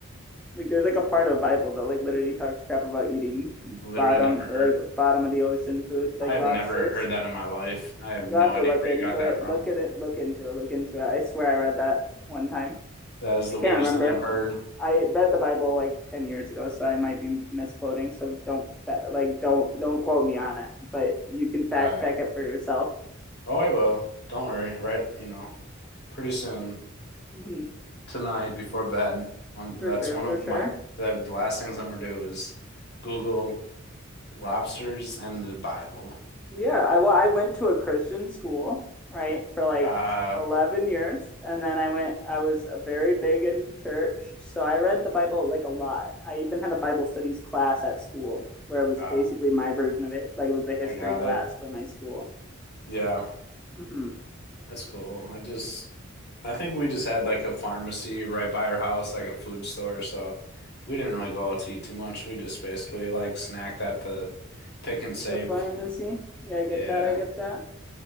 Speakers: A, in the centre; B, on the left (about 50°).
A: Like there's like a part of the Bible that like literally talks crap about eating
B: I've literally
A: bottom
B: never
A: like
B: heard
A: bottom of the ocean food like
B: I've
A: lobsters.
B: never heard that in my life. I have no
A: You'll have
B: idea
A: to look
B: where
A: into
B: you got that
A: it.
B: from.
A: Look at it. Look into it. Look into it. I swear I read that one time.
B: That is the
A: I can't
B: weirdest
A: remember.
B: thing I've heard.
A: I read the Bible like 10 years ago, so I might be misquoting. So don't like don't don't quote me on it, but you can fact
B: All right.
A: check it for yourself.
B: Oh, I will. Don't worry. Right, you know, pretty soon.
A: Mm-hmm.
B: tonight before bed. Um, that's
A: For sure,
B: one
A: for
B: of
A: sure.
B: my the, the last things I'm gonna do is Google lobsters and the Bible.
A: Yeah, I well, I went to a Christian school, right, for like
B: Uh,
A: 11 years, and then I went I was uh, very big in church, so I read the Bible like a lot. I even had a Bible studies class at school where it was
B: uh,
A: basically my version of it, like it was the history
B: I got
A: class
B: it.
A: for my school.
B: Yeah,
A: hmm
B: that's cool. I just I think we just had like a pharmacy right by our house, like a food store, so we didn't really go out to eat too much. We just basically like snacked at the pick and
A: At
B: save.
A: the pharmacy. Yeah, I get
B: Yeah,
A: that. I get that.